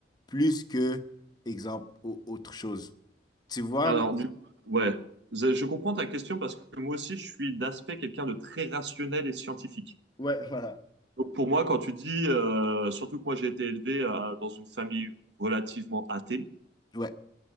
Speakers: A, on the left; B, on the right.
A: plus que, exemple, au- autre chose. Tu vois,
B: Alors,
A: ma-
B: du ouais, je, je comprends ta question parce que moi aussi, je suis d'aspect quelqu'un de très rationnel et scientifique.
A: Ouais, voilà.
B: Donc, pour moi, quand tu dis, euh, surtout que moi, j'ai été élevé euh, dans une famille relativement athée,
A: Ouais.